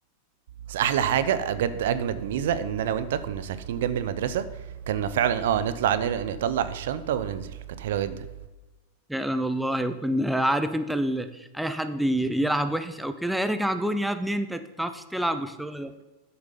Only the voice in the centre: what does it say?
فعلا والله وكنا عارف انت ال... اي حد ي- يلعب وحش او كده ارجع جون يا ابني انت تعرفش تلعب والشغل ده